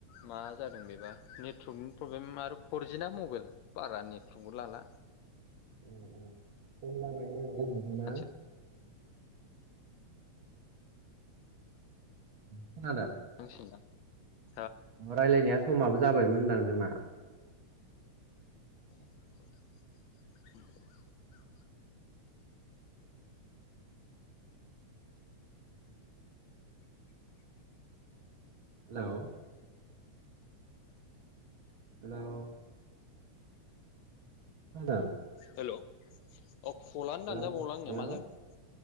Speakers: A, on the left; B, on the right.
A: मा जादों बेबा नेटवर्कनि प्रब्लेम आरो फरजि ना मबाइल बारा नेटवर्कबो लाला
B: <unintelligible>
A: गोदानसो
B: ना खोनादो
A: <inaudible>
B: रायज्लायनाया समाबो जाबायमोनदां जोंना
A: <inaudible>
B: हेल' हेल' <unintelligible>
A: हेल' अ खलानो
B: हेल'
A: दानजाबावला आंनिया मा जादों